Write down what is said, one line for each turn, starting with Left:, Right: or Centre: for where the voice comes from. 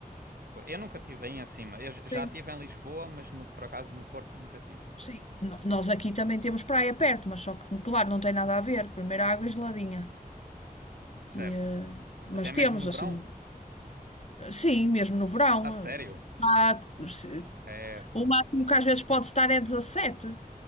Right: co- Eu nunca tive aí em cima. Eu j- já
Left: sim,
Right: tive em Lisboa, mas no- por acaso no Porto nunca tive.
Left: sim. No- Nós aqui também temos praia perto, mas só que, claro, não tem nada a ver. Primeiro a água é geladinha.
Right: Certo.
Left: E, eh,
Right: Até
Left: Mas
Right: mesmo
Left: temos
Right: no verão?
Left: assim, sim, mesmo no verão.
Right: A sério?
Left: eh, há- se-
Right: É, pá.
Left: O máximo que às vezes pode estar é 17.